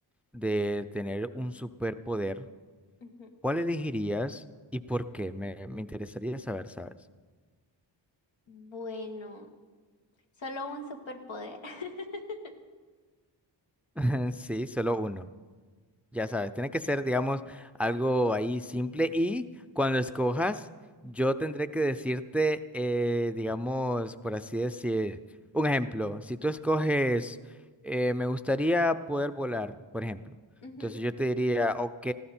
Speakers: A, in the centre; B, on the left.
A: de tener un superpoder,
B: ujú.
A: ¿Cuál elegirías y por qué? Me, me interesaría saber, ¿sabes?
B: Bueno, solo un superpoder. <laughs>
A: <laughs> Sí, solo uno. Ya sabes, tiene que ser, digamos, algo ahí simple y cuando escojas, yo tendré que decirte, eh, digamos, por así decir, un ejemplo. Si tú escoges, eh, me gustaría poder volar, por ejemplo.
B: Ujú.
A: Entonces yo te diría, ok,